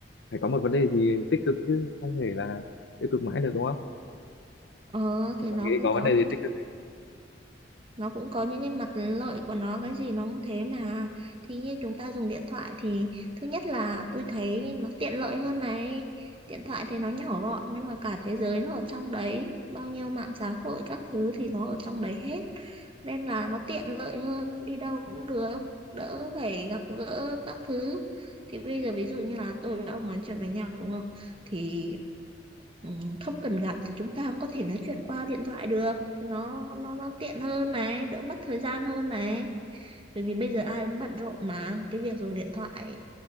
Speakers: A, on the left (about 70°); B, on the right (about 30°).
A: phải có một vấn đề gì tích cực chứ không thể là tiêu cực mãi được đúng không
B: ờ thì
A: Thế bạn
B: nó
A: nghĩ
B: cũng
A: có
B: có
A: vấn đề
B: những
A: gì
B: cái
A: tích cực này
B: nó cũng có những cái mặt lợi của nó cái gì nó cũng thế mà thì như chúng ta dùng điện thoại thì thứ nhất là tôi thấy nó tiện lợi hơn này điện thoại thì nó nhỏ gọn nhưng mà cả thế giới nó ở trong đấy bao nhiêu mạng xã hội các thứ thì nó ở trong đấy hết nên là nó tiện lợi hơn đi đâu cũng được đỡ phải gặp gỡ các thứ thì bây giờ ví dụ như là tôi với ông nói chuyện với nhau đúng không thì ừm, không cần gặp thì chúng ta cũng có thể nói chuyện qua điện thoại được thì nó nó nó tiện hơn này đỡ mất thời gian hơn này bởi vì bây giờ ai cũng bận rộn mà cái việc dùng điện thoại